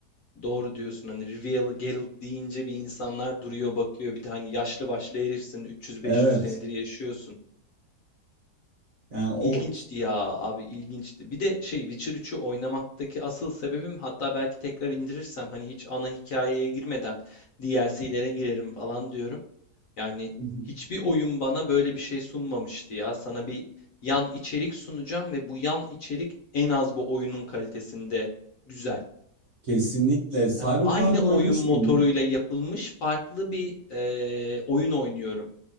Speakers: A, on the left; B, on the right.
A: Doğru diyorsun. Hani Rivieralı Geralt deyince bir insanlar duruyor bakıyor. Bir de hani yaşlı başlı herifsin 300-500
B: Evet.
A: senedir yaşıyorsun.
B: Yani o
A: İlginçti ya abi ilginçti. Bir de şey Witcher üçü oynamaktaki asıl sebebim hatta belki tekrar indirirsem hani hiç ana hikayeye girmeden DLC'lere girerim falan diyorum. Yani
B: <laughs>
A: hiçbir oyun bana böyle bir şey sunmamıştı ya. Sana bir yan içerik sunacağım ve bu yan içerik en az bu oyunun kalitesinde güzel.
B: Kesinlikle. Cyberpunk
A: Yani aynı oyun
B: oynamış
A: motoruyla
B: mıydın?
A: yapılmış farklı bir eee, oyun oynuyorum.